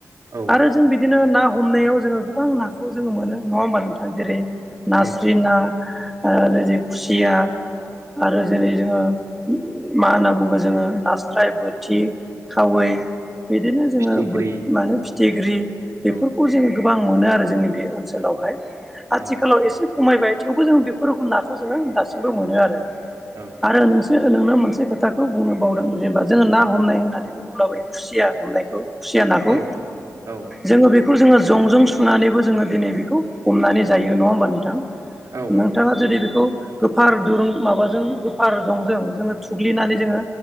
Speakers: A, on the right; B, in the centre.
A: औ
B: आरो जों बि दिनो ना हमनायाव जोङो गोबां नाखौ जोङो मोनो नङा ओमबा नोंथाङा जेरै नास्रि
A: औ
B: ना आरो जे खुसिया आरो जेरै जोङो मा होनना बुंगोन जोङो नास्राय बोथि खावै बिदिनो जोङो
A: फिथिग्रि
B: बोत मानो फिथिख्रि बेफोरखौ
A: औ
B: जों गोबां मोनो आरो जोंनि बे ओनसोलावहाय आथिखालाव
A: औ
B: एसे खमायबाय। थेवबो जों बेफोर रोखोम नाखौ जोङो दासिमबो मोनो आरो।
A: औ
B: आरो नों जोहो नोंनो मोनसे खोथाखौ बुंनो बावदों जेनबा जोङो ना हमनाय होननानै बुङोब्लाबो खुसिया हमनायखौ खुसिया नाखौ
A: औ औ
B: जोङो बेखौ जोङो जंजों सुनानैबो जोङो दिनै बेखौ हमनानै जायो नङा ओमबा नोंथां। नोंथाङा
A: औ औ उम औ
B: जुदि बेखौ गोफार दुरुं माबाजों गोफार जंजों जोङो थुग्लिनानै जोङो